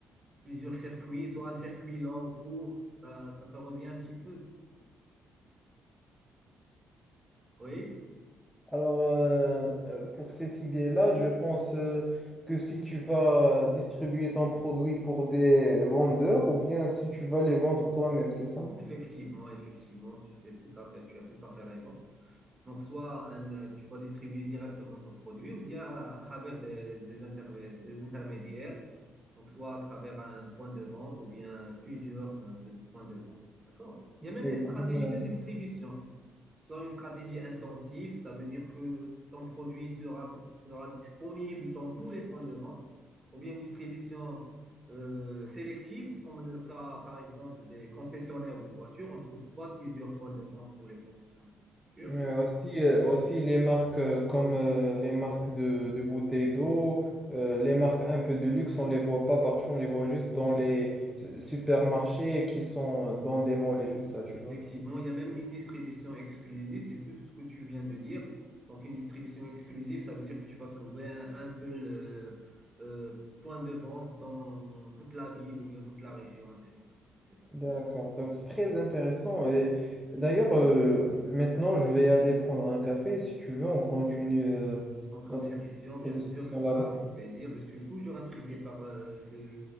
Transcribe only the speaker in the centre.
Alors, euh, euh, pour cette idée-là, je pense euh, que si tu vas distribuer ton produit pour des vendeurs ou bien si tu vas les vendre toi-même, c'est ça, non?
Et
comme,
euh, euh, aussi, euh, aussi les marques euh, comme euh, les marques de, de bouteilles d'eau, euh, les marques un peu de luxe, on les voit pas partout, on les voit juste dans les euh, supermarchés qui sont dans des malls et tout ça, tu
vois.
D'accord, donc c'est très intéressant. Et d'ailleurs, euh, maintenant, je vais aller prendre un café. Si tu veux, on continue euh,
notre
discussion
là-bas.